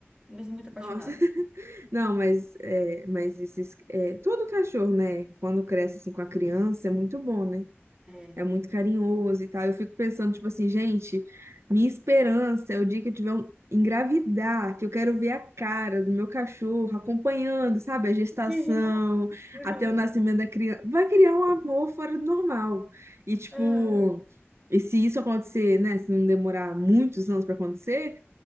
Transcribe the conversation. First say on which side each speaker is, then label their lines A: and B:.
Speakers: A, on the right; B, on the right.
A: Eu sou muito apaixonada.
B: Nossa. <laughs> Não, mas, é, mas esses, é, todo cachorro, né? Quando cresce assim com a criança, é muito bom, né?
A: É.
B: É muito carinhoso e tal. Eu fico pensando, tipo assim, gente, minha esperança é o dia que eu tiver um engravidar, que eu quero ver a cara do meu cachorro acompanhando, sabe, a gestação,
A: <laughs> Sim. Uhum.
B: até o nascimento da criança. Vai criar um amor fora do normal. E, tipo,
A: Uhum.
B: e se isso acontecer, né, se não demorar muitos anos pra acontecer,